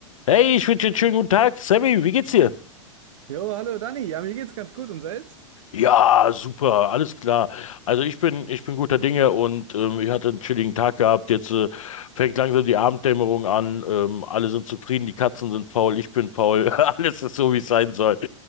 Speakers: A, on the left (about 80°); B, on the right (about 70°).
A: Hey, ich wünsche dir einen schönen guten Tag. Sammy, wie geht's dir?
B: Jo, hallo Dani. Ja, mir geht's ganz gut und selbst?
A: Ja, super, alles klar. Also ich bin, ich bin guter Dinge und ähm, ich hatte einen chilligen Tag gehabt. Jetzt äh, fängt langsam die Abenddämmerung an. Ähm, alle sind zufrieden, die Katzen sind faul, ich bin faul. <laughs> Alles ist so, wie es sein soll.